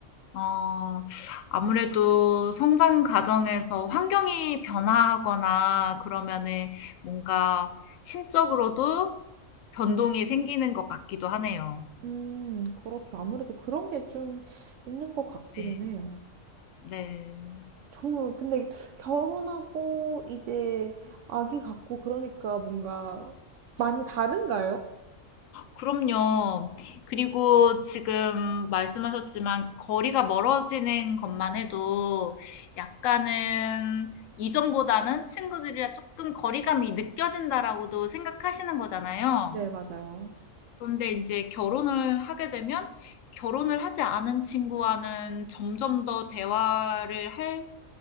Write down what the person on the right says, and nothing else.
음, 그렇죠. 아무래도 그런 게 좀 있는 것 같기는
해요.
저, 근데 결혼하고 이제 아기 갖고 그러니까 뭔가 많이 다른가요?
네, 맞아요.